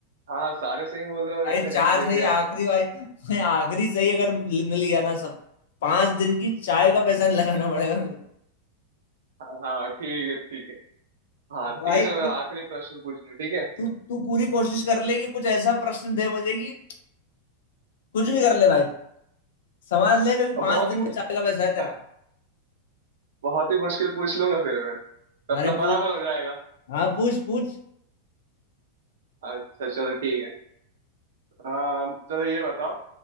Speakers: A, on the right; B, on the left.
A: हाँ सारे सही बोल रहे हो
B: भाई
A: एक
B: चार
A: तरीके से देखे
B: सही
A: जाए
B: आखिरी
A: तो
B: भाई भाई आखिरी सही अगर मिल मिल गया ना सब पांच दिन की चाय का पैसा नहीं लगाना पड़ेगा मेरे को
A: हाँ हाँ ठीक है ठीक है हाँ ठीक
B: भाई
A: है चलो
B: कुछ-
A: मेरा आखिरी प्रश्न पूछ लूँ ठीक है
B: तू तू पूरी कोशिश कर ले कि कुछ ऐसा प्रश्न दे मुझे कि कुछ भी कर ले भाई समझ ले क्योंकि
A: अब
B: पांच
A: बहुत
B: दिन
A: ही मुश्किल
B: का चाय का पैसा है तेरा
A: था बहुत ही मुश्किल पूछ लूंगा फिर मैं तो अपना
B: अरे पूछ
A: बराबर हो जाएगा
B: हाँ पूछ पूछ
A: अच्छा चलो ठीक है अम, चलो ये बताओ